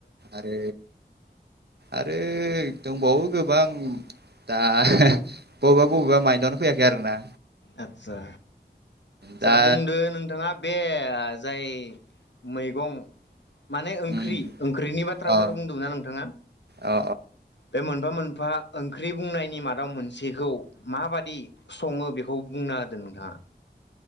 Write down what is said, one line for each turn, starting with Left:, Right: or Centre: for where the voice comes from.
Right: आरो आरो दंबावो गोबां दा बबेबा बबेबा माइनावनो फैयाखै आरोना।
Left: आदसा
Right: दा
Left: सा बुंदो नोंथाङा बे जाय मैगं माने ओंख्रि
Right: उम
Left: ओंख्रिनि बाथ्राफोरखौ
Right: अ
Left: बुंदोंमोन ना नोंथाङा?
Right: अ
Left: बे मोनफा मोन फा ओंख्रि बुंनायनि मादाव मोनसेखौ मा बायदि सङो बे बेखौ बुंना होदो नोंथांङा।